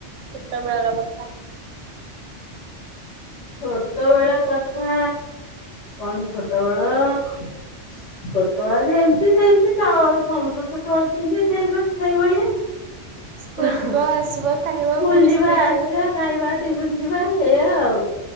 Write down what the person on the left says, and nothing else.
ଛୋଟ ବେଳ କଥା କଣ ଛୋଟ ବେଳ ଛୋଟବେଳେ ଯେମିତି ସେମିତି ସମସ୍ତଙ୍କ ଛୋଟବେଳେ ଯେମିତି ସେଇଭଳି ସେଇଭଳିଆ ହୁ
ସ୍କୁଲ
ଯିବା
ଆସିବା
ଖାଇବା ଟିଉସନ ଯିବା ଏଇଆ ଆଉ